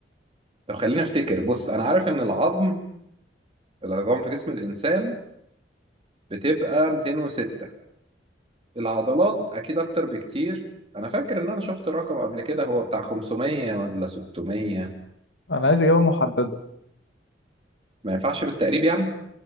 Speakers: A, on the right; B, on the left.
A: طب خليني افتكر بص انا عارف ان العظم العظام في جسم الانسان بتبقى 206 العضلات اكيد اكتر بكتير انا فاكر ان انا شفت الرقم قبل كده هو بتاع 500 ولا 600
B: انا عايز اجابة محددة
A: ما ينفعش بالتقريب يعني